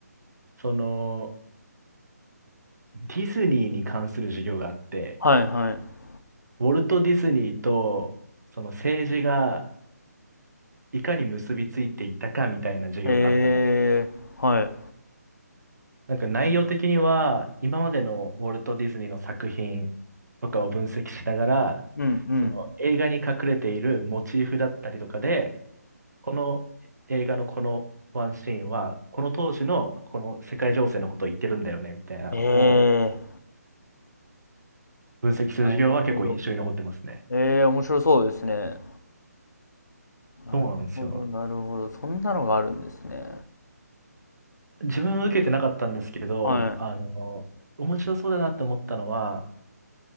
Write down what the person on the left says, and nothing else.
はいはい。
へえ、はい。
うんうん。
ええ、
なるほど。ええ、面白そうですね。なるほど、
なるほど。そんなのがあるんですね。
は